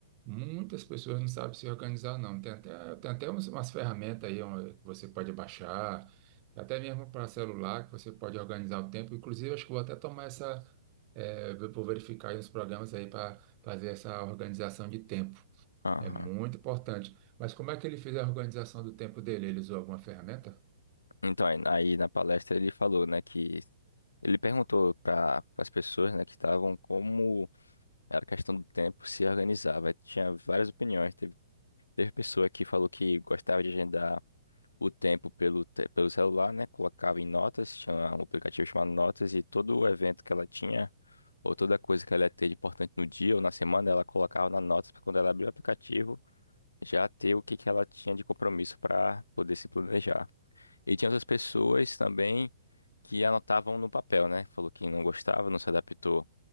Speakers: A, on the right; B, on the left.
A: Muitas pessoas não sabem se organizar, não. Tem até, tem até umas, umas ferramentas aí ó, que você pode baixar, até mesmo para celular, que você pode organizar o tempo. Inclusive, acho que vou até tomar essa, é, vou verificar aí os programas aí para fazer essa organização de tempo.
B: Aham.
A: É muito importante. Mas como é que ele fez a organização do tempo dele? Ele usou alguma ferramenta?
B: Então, aí aí na palestra ele falou, né, que ele perguntou para as pessoas, né, que estavam como Era questão do tempo se organizar, vai. Tinha várias opiniões. Teve, teve pessoa que falou que gostava de agendar o tempo pelo, te- pelo celular, né? Colocava em notas, tinha um aplicativo chamado Notas, e todo o evento que ela tinha, ou toda coisa que ela ia ter de importante no dia ou na semana, ela colocava na Notas para quando ela abria o aplicativo, já ter o que, que ela tinha de compromisso para poder se planejar. E tinha outras pessoas também que anotavam no papel, né? Falou que não gostava, não se adaptou